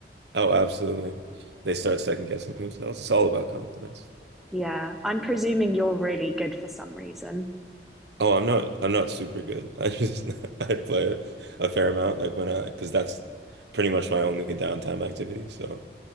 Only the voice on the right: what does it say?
Oh, absolutely. They start second guessing themselves. It's all about confidence. <laughs>
Oh, I'm not I'm not super good. I just <laughs> I play a fair amount like when I because that's pretty much my only downtime activity. So